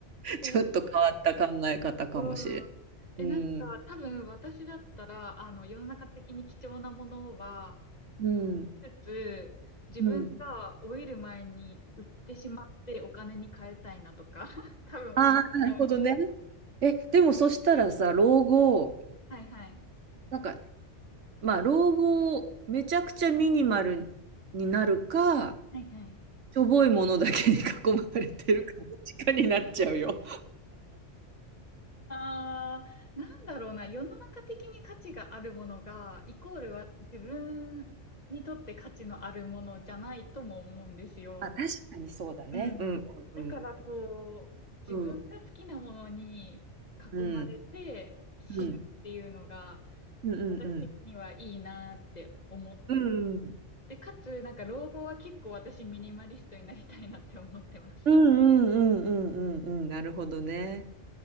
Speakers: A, on the left; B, on the right.
A: 面白い
B: ちょっと変わった考え方かもしれない。
A: うん。え、
B: うん。
A: なんか、多分私だったら、あの、世の中的に貴重なものは、
B: うん。
A: つつ、自分が老いる前に売ってしまってお金に変えたいなとか、
B: うん。
A: <laughs> 多分思っちゃうんです。
B: ああ、なるほどね。え、でもそしたらさ、老後、
A: はいはい。
B: なんか、まあ、老後、めちゃくちゃミニマルになるか、
A: はいはい。
B: しょぼいものだけに囲まれてるか、どっちかになっちゃうよ。
A: あー、なんだろうな、世の中的に価値があるものが、イコールは自分にとって価値のあるものじゃないとも思うんですよ。
B: あ、確かにそうだね。
A: うん。
B: うん。うん。
A: だからこう、自分が好きなものに囲まれて死ぬっていうのが、
B: うん。うん。うん。うんうんうん。
A: 私的にはいいなって思って。
B: うん。
A: で、かつ、なんか老後は結構私ミニマリストになりたいなって思ってます。
B: うんうんうんうんうんうん。なるほどね。